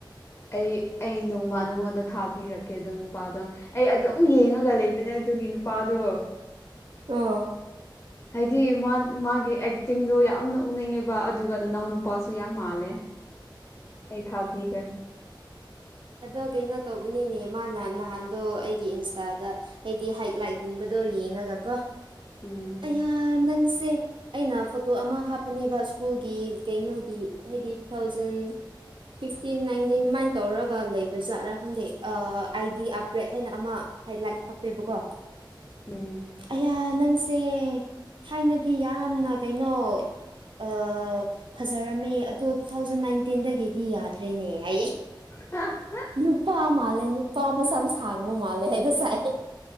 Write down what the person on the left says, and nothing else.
ꯑꯩ ꯑꯩ ꯅꯣꯡꯃ ꯅꯉꯣꯟꯗ ꯊꯥꯕꯤꯔꯛꯀꯦ ꯑꯗꫭ ꯅꯨꯄꯥꯗꯣ ꯑꯩ ꯑꯗꯨꯝ ꯌꯦꯡꯉꯒꯥ ꯂꯩꯕꯅꯦ ꯑꯗꯨꯒꯤ ꯅꯨꯄꯥꯗꯣ
ꯍꯥꯏꯗꯤ ꯃꯥ ꯃꯥꯒꯤ ꯑꯦꯛꯇꯤꯡꯗꯣ ꯌꯥꯝꯅ ꯎꯅꯤꯡꯉꯦꯕ ꯑꯗꯨꯒ ꯅꯅꯥꯎ ꯅꯨꯄꯥꯁꯨ ꯌꯥꯝ ꯃꯥꯜꯂꯦ ꯑꯩ ꯊꯥꯕꯤꯒꯦ
ꯎꯝ
ꯎꯝ
ꯑ <unintelligible>